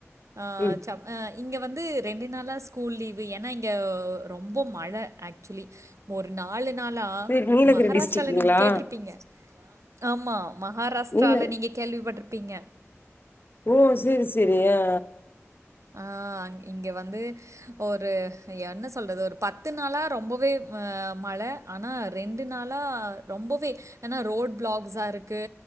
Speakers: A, on the right; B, on the left.
A: அ
B: ம்
A: ச்சப் ஆ இங்க வந்து ரெண்டு நாளா ஸ்கூல் லீவு ஏன்னா இங்யவ் ரொம்ப மழ ஆக்சுலி ஒரு நாலு நாளா
B: செரி நீலகிரி
A: மகாராஸ்டால
B: டிஸ்ட்ரிக்குங்களா
A: நீங்கு கேட்ருப்பீங்க ஆமா மகாராஸ்ட்ரால
B: நீல
A: நீங்க கேள்விப்பட்ருப்பீங்க
B: ஓ செரி செரி ஆ
A: ஆ அங் இங்க வந்து ஒரு என்ன சொல்றது ஒரு பத்து நாளா ரொம்பவே அ மழ ஆனா ரெண்டு நாளா ரொம்பவே எனா ரோட் ப்ளாக்ஜா ருக்கு